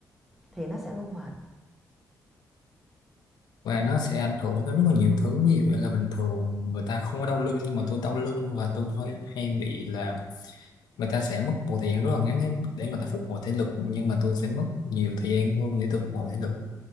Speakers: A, in the centre; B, on the left.
A: thì nó sẽ luôn mệt
B: và nó sẽ ảnh hưởng tới rất là nhiều thứ ví dụ như là bình thường người ta không có đau lưng nhưng mà tôi đau lưng và tôi hay, hay bị là người ta sẽ mất một thời gian rất là ngắn để để người ta phục hồi thể lực nhưng mà tôi sẽ mất nhiều thời gian hơn để tôi phục hồi thể lực